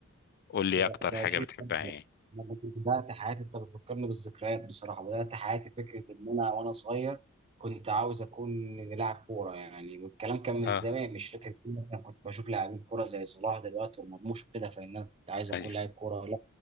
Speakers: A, on the left; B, on the right.
A: قول لي
B: ده
A: اكتر
B: ده
A: حاجه
B: اكيد
A: بتحبها
B: طبعاً.
A: يعني
B: انا برضو بدات حياتي انت بتفكرني بالذكريات بصراحه بدات حياتي فكره ان انا وانا صغير كنت عاوز اكون لاعب كوره يعني والكلام كان من
A: اه
B: زمان مش فاكر كتير. مثلا كنت بشوف لاعبين كوره زي صلاح دلوقتي ومرموش وكده فان انا كنت عايز اكون
A: ايوه
B: لاعب كوره لا